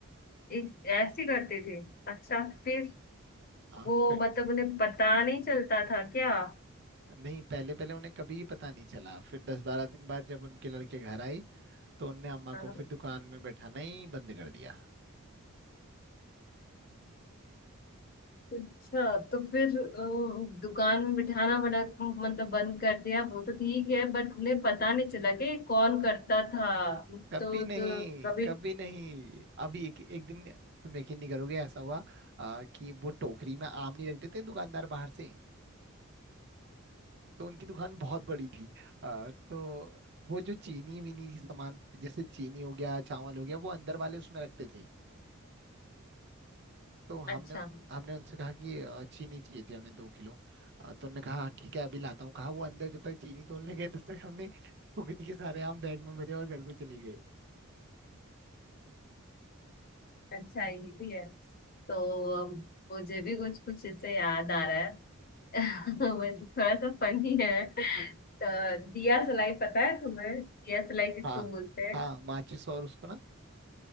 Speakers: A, on the left; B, on the right.
A: इस ऐसे करते थे अच्छा फिर
B: आप
A: वो
B: फिर
A: मतलब उन्हें पता नहीं चलता था क्या
B: नहीं पहले पहले उन्हें कभी ही पता नहीं चला फिर दस बारह दिन बाद जब उनके लड़के घर आई तो उनने अम्मा
A: हाँ।
B: को फिर दुकान में बैठाना ही बंद कर दिया
A: अच्छा तो फिर अ, दुकान में बिठाना बड़ा मतलब बंद कर दिया वो तो ठीक है बट उन्हें पता नहीं चला कि कौन करता था
B: कभी
A: तो तो
B: नहीं
A: कभी
B: कभी नहीं अभी एक एक दिन तुम यकीन नहीं करोगे ऐसा हुआ आ, कि वो टोकरी में आम नहीं रख देते हैं दुकानदार बाहर से तो उनकी दुकान बहुत बड़ी थी आ, तो वो जो चीनी वीनी की सामान जैसे चीनी हो गया चावल हो गया वो अंदर वाले उसमें रखते थे तो हमने
A: अच्छा
B: हमने उनसे कहा कि अ, चीनी चाहिए थी हमें दो किलो अ, तो उन्होंने कहा "हाँ, ठीक है अभी लाता हूँ कहा वो अंदर जब तक चीनी तोड़ने गए तब तक हमने फुगड़ी के सारे आम बैग में भरे और घर को चले गए
A: अच्छा ये भी है तो अम, मुझे भी कुछ कुछ इससे याद आ रहा है <laughs> मतलब थोड़ा सा फनी है तो दिया सलाई पता है तुम्हें दिया सलाई किसको
B: हाँ
A: बोलते हैं
B: हाँ माचिस और उसको ना